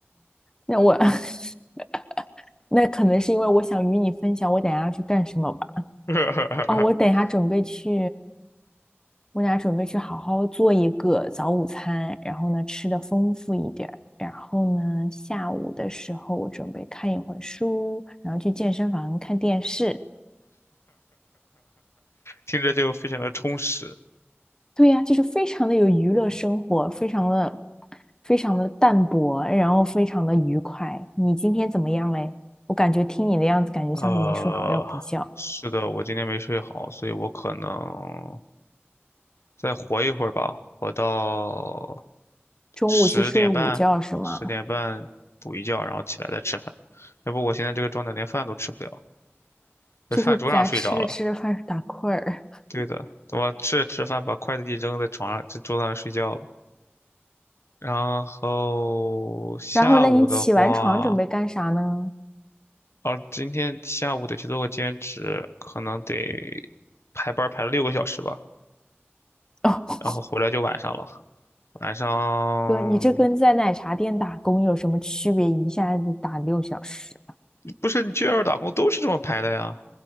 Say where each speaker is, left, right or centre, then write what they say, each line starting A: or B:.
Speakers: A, on the left (about 15°); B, on the left (about 85°).
A: 那我 <laughs> 那可能是因为我想与你分享我等一下要去干什么吧。
B: <laughs>
A: 哦，我等一下准备去，我等一下准备去好好做一个早午餐，然后呢吃的丰富一点儿，然后呢下午的时候我准备看一会儿书，然后去健身房看电视，
B: 听着就非常的充实。
A: 对呀，就是非常的有娱乐生活，非常的非常的淡泊，然后非常的愉快。你今天怎么样嘞？我感觉听你的样子，感觉像是没睡好，
B: 呃，
A: 要补觉。
B: 是的，我今天没睡好，所以我可能再活一会儿吧，活到
A: 中午去睡午觉是吗？
B: 十点半，十点半补一觉，然后起来再吃饭。要不我现在这个状态连饭都吃不了，在饭桌上睡着了。
A: 就是在吃着吃着饭打困儿，
B: 对的，我吃着吃饭把筷子一扔在床上，在桌子上睡觉了。然后下午的话，
A: 然后呢，你起完床准备干啥呢？
B: 哦，今天下午得去做个兼职，可能得排班儿排了六个小时吧，
A: 哦，
B: 然后回来就晚上了。晚上
A: 哥，你这跟在奶茶店打工有什么区别？一下子打六小时。
B: 不是你去外边打工都是这么排的呀，